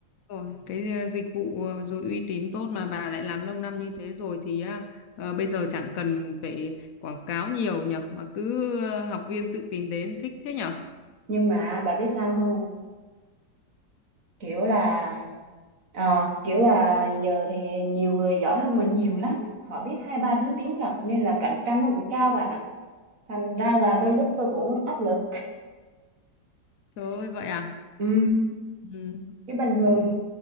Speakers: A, on the left; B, on the right.
A: Rồi, cái ờ, dịch vụ ờ, rồi uy tín tốt mà bà lại làm lâu năm như thế rồi thì à, ờ, bây giờ chẳng cần phải quảng cáo nhiều nhở mà cứ ờ, học viên tự tìm đến thích thế nhở?
B: nhưng mà bà biết sao không kiểu là Ờ, kiểu là giờ thì nhiều người giỏi hơn mình nhiều lắm họ biết hai ba thứ tiếng là nên là cạnh tranh nó cũng cao bạn ạ thành ra là đôi
A: Ừ,
B: lúc tôi cũng áp lực
A: Trời ơi vậy à?
B: ừ
A: Ừ.
B: chứ bình thường
A: Ui,